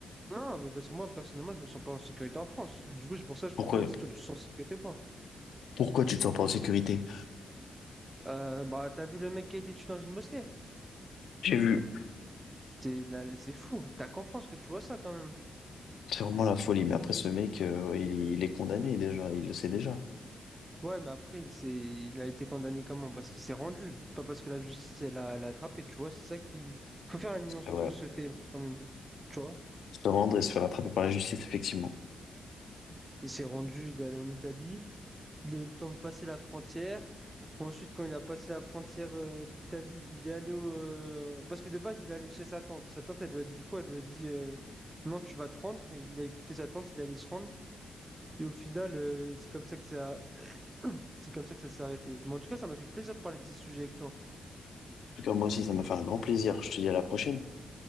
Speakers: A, on the right (about 20°); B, on the left (about 80°).
A: Non, mais parce que moi, personnellement, je me sens pas en sécurité en France. Du coup, c'est pour ça que je
B: Pourquoi,
A: te demande si toi, tu te sens en sécurité ou pas.
B: pourquoi tu te sens pas en sécurité?
A: Euh, bah, t'as vu le mec qui a été tué dans une mosquée?
B: J'ai vu.
A: C'est là, c'est fou. T'as qu'en France que tu vois ça quand même.
B: C'est vraiment la folie, mais après ce mec, euh, il, est- il est condamné déjà, il le sait déjà.
A: Ouais, mais après, il s'est, il a été condamné comment? Parce qu'il s'est rendu, pas parce que la justice, elle l'a elle l'a attrapé. Tu vois, c'est ça qui. Faut faire la nuance
B: Ah
A: entre
B: Ouais.
A: ce fait-là quand même. Tu vois?
B: Se rendre et se faire attraper par la justice, effectivement.
A: Il s'est rendu, il est allé en Italie. Il a eu le temps de passer la frontière. Ensuite, quand il a passé la frontière euh, d'Italie, il est allé au... euh, Parce que de base, il est allé chez sa tante. Sa tante, elle lui a dit quoi? Elle lui a dit euh, non, tu vas te rendre. Il a écouté sa tante, il allait se rendre. Et au final, euh, c'est comme ça que ça... <clears throat> c'est comme ça que ça s'est arrêté. Mais en tout cas, ça m'a fait plaisir de parler de ces sujets avec toi.
B: En tout cas, moi aussi, ça m'a fait un grand plaisir. Je te dis à la prochaine.